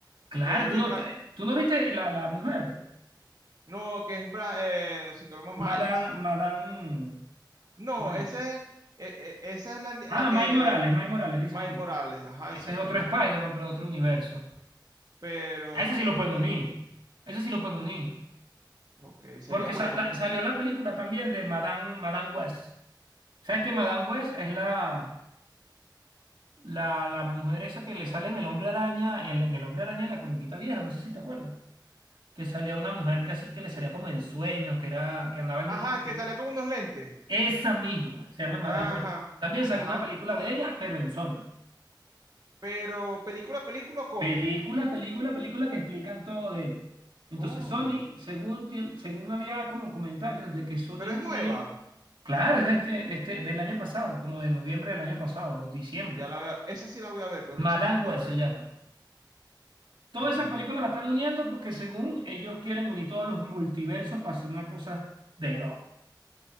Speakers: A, on the right; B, on the right.
A: Claro,
B: Que es
A: tú
B: de
A: no,
B: Bra-
A: tú, eh, tú no viste la, la mujer,
B: no, que es Bra- eh, se llama
A: Madame,
B: Miles.
A: Madame,
B: No,
A: May.
B: ese es- e- e- esa es la, la
A: Ah,
B: que
A: May Morales, May Morales, dices
B: Miles
A: tú.
B: Morales, ajá,
A: Ese
B: exactamente.
A: es otro Spider-Man, pero de otro universo.
B: Pero
A: A ese
B: no,
A: sí lo pueden
B: tú no,
A: unir. Ese sí lo pueden unir.
B: ok, sería
A: Porque
B: bueno.
A: sa- ta- salió la película también de Madame, Madame West. ¿Sabes que Madame West es la, la, la mujer esa que le sale en el Hombre Araña, en, la- en el Hombre Araña de la comiquita vieja? No sé si te acuerdas. Que salía una mujer que así que le salía como en sueños, que era, que andaba en
B: Ajá,
A: un.
B: que
A: en-
B: salía con unos lentes.
A: Esa misma, se llama Madame
B: Ajá,
A: West. También salió
B: ajá.
A: una película de ella, pero en Sony.
B: Pero película, película o cómic.
A: Película, película, película que explican todo de ella. Entonces
B: Oh,
A: Sony, según, tien- según había como comentarios de que Sony
B: pero
A: iba
B: es nueva.
A: a unir Claro, es de este, de este, del año pasado, como de noviembre del año pasado, o diciembre.
B: Ya la voy a- esa sí la voy a ver, pues
A: Madame
B: esa sí me gustaría
A: Web
B: verla.
A: se llama. Todas
B: Ok.
A: esas películas las están uniendo porque según ellos quieren unir todos los multiversos para hacer una cosa de loco.